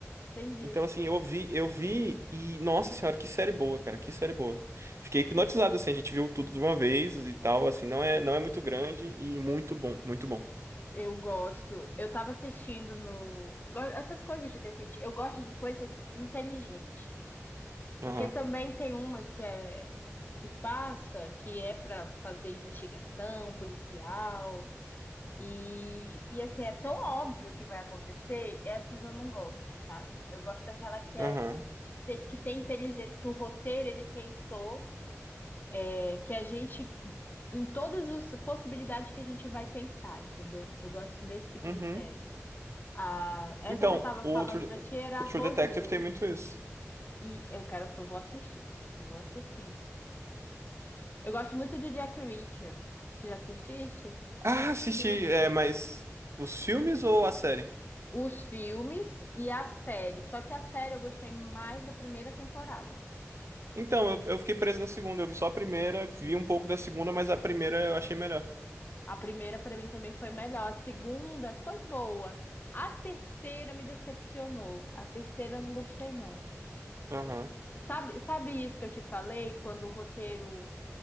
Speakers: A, on the left (about 35°); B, on the right (about 60°).
A: Entendi.
B: Então, assim, eu vi, eu vi e, nossa senhora, que série boa, cara, que série boa. Fiquei hipnotizado, assim, a gente viu tudo de uma vez e tal, assim, não é, não é muito grande e muito bom, muito bom.
A: Eu gosto. Eu tava assistindo no. go- Essas coisas de detetive. Eu gosto de coisa inteligente.
B: Aham,
A: Porque também tem umas que é. que passa, que é pra fazer investigação policial. E, e assim, é tão óbvio que vai acontecer, E essas eu não gosto, sabe? Eu gosto daquela que é
B: aham,
A: te- que tem inteligência, que o roteiro ele pensou, é, que a gente em todas as possibilidades que a gente vai pensar, entendeu? Eu gosto desse tipo
B: uhum.
A: de série. Ah, essa
B: Então,
A: que eu tava
B: o
A: falando
B: True,
A: pra ti era
B: o
A: Rosewood.
B: True Detective tem muito isso.
A: E eu quero, tu vou assistir. Eu Vou assistir. Eu gosto muito de Jack Reacher. Tu já assististe?
B: Ah,
A: Os,
B: assisti,
A: fi
B: é, mas
A: os,
B: os filmes ou a série?
A: os filmes e a série. Só que a série eu gostei mais da primeira temporada.
B: Então, eu, eu fiquei preso na segunda, eu vi só a primeira, vi um pouco da segunda, mas a primeira eu achei melhor.
A: A primeira pra mim também foi melhor. A segunda foi boa. A terceira me decepcionou. A terceira eu não gostei, não.
B: Aham,
A: Sabe, sabe isso que eu te falei? Quando o roteiro